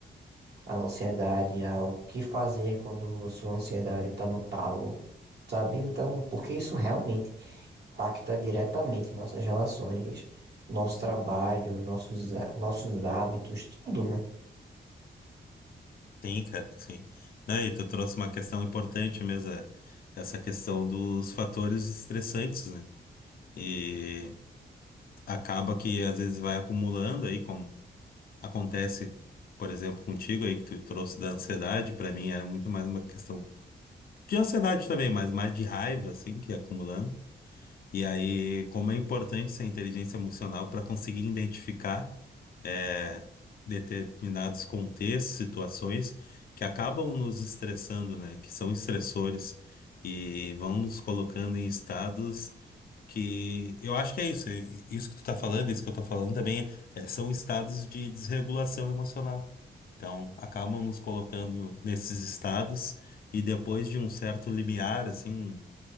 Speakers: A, on the right (about 65°); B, on the left (about 55°).
A: à ansiedade, ao que fazer quando sua ansiedade está no talo, sabe? Então, porque isso realmente impacta diretamente nossas relações, nosso trabalho, nossos, há- nossos hábitos, tudo, né?
B: Sim, cara, sim. Daí tu trouxe uma questão importante mesmo, é essa questão dos fatores estressantes, né? E acaba que às vezes vai acumulando aí, como acontece, por exemplo, contigo aí que tu trouxe da ansiedade, pra mim era muito mais uma questão de ansiedade também, mas mais de raiva assim que ia acumulando. E aí, como é importante essa inteligência emocional para conseguir identificar eh, determinados contextos, situações que acabam nos estressando, né? Que são estressores e vão nos colocando em estados que eu acho que é isso. e- Isso que tu tá falando, isso que eu tô falando também é, são estados de desregulação emocional. Então, acabam nos colocando nesses estados e depois de um certo limiar, assim,